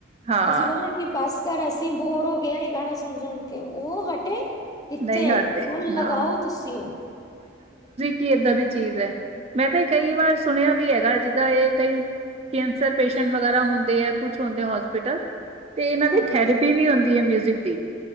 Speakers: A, on the right; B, on the left.
A: ਹਾਂ
B: ਅਸੀਂ ਬੋਲ ਬਸ ਕਰ ਅਸੀਂ ਬੋਰ ਹੋ ਗਏ ਆ ਇਹ ਗਾਣਾ ਸੁਣ - ਸੁਣ ਕੇ ਉਹ ਹਟੇ ਕਿੱਥੇ
A: ਨਹੀਂ ਹਟਦੇ
B: ਉਹ ਲਗਾਓ
A: ਨਾ
B: ਤੁਸੀਂ ਔ।
A: ਕੀ ਏਦਾਂ ਦੀ ਚੀਜ਼ ਏ ਮੈਂ ਤੇ ਕਈ ਵਾਰ ਸੁਣਿਆ ਵੀ ਹੈਗਾ ਜਿੱਦਾਂ ਏ ਕਈ ਕੈਂਸਰ ਪੇਸ਼ੈਂਟ ਵਗੈਰਾ ਹੁੰਦੇ ਆ ਕੁਛ ਹੁੰਦੇ ਹੋਸਪੀਟਲ ਤੇ ਇਹਨਾਂ ਦੀ
B: ਹਾਂਜੀ
A: ਥੈਰੇਪੀ ਵੀ ਹੁੰਦੀ ਏ ਮਿਊਜਿਕ ਦੀ